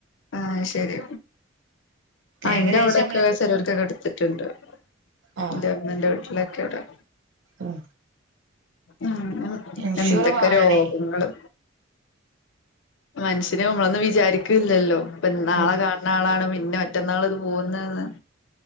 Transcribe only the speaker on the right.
ഏകദേശം
നമ്മള്
ആ
ഉം
ഇൻഷൂർ
വാണേ
ഉം